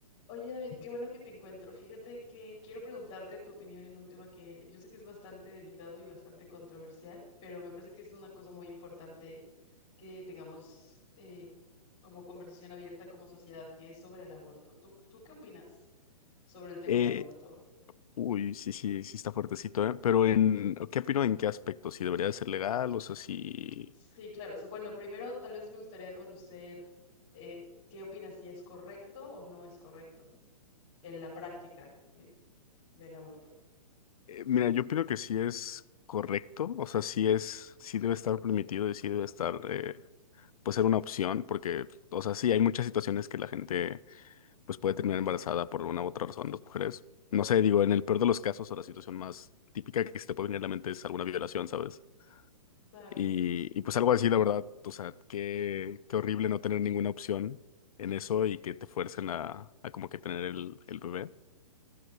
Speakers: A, on the left; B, on the left.
A: Oye, David, qué bueno que te encuentro. Fíjate que quiero preguntarte tu opinión en un tema que yo sé que es bastante delicado y bastante controversial, pero me parece que es una cosa muy importante que tengamos eh, como conversación abierta como sociedad, que es sobre el aborto. ¿Tú, tú qué opinas sobre el tema
B: Eh,
A: del aborto?
B: uy, sí, sí, sí está fuertecito, ¿eh? Pero en, ¿qué opino en qué aspecto? ¿Si debería de ser legal? O sea, si...
A: Sí, claro. O sea, bueno, primero tal vez me gustaría conocer eh, qué opinas, si es correcto o no es correcto en la práctica eh, del aborto.
B: eh, mira, yo opino que sí es correcto, o sea, sí es, sí debe estar permitido y sí debe estar, eh, pues ser una opción, porque, o sea, sí hay muchas situaciones que la gente, pues puede terminar embarazada por una u otra razón, las mujeres. No sé, digo, en el peor de los casos o la situación más típica que se te puede venir a la mente es alguna violación, ¿sabes?
A: Claro,
B: Y, y pues algo así, la verdad, o sea, qué, qué horrible no tener ninguna opción en eso y que te fuercen a, a como que tener el, el bebé.